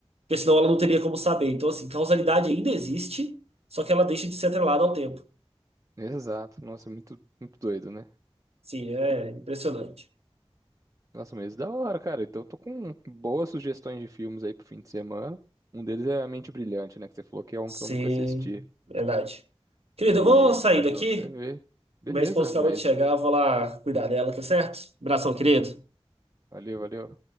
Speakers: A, on the right; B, on the right.
A: Porque senão ela não teria como saber. Então, assim, causalidade ainda existe, só que ela deixa de ser atrelada ao tempo.
B: Exato. Nossa, muito, muito doido, né?
A: Sim, é impressionante.
B: Nossa, mas da hora, cara. Então eu tô com boas sugestões de filmes aí pro fim de semana. Um deles é A Mente Brilhante, né? Que você falou que é um
A: Sim,
B: que eu nunca assisti.
A: verdade. Querido,
B: E
A: eu vou sair
B: os
A: daqui.
B: outros você vê. Beleza,
A: Minha esposa acabou
B: mas
A: de chegar, eu vou lá cuidar dela, tá certo? Abração, querido.
B: valeu, valeu.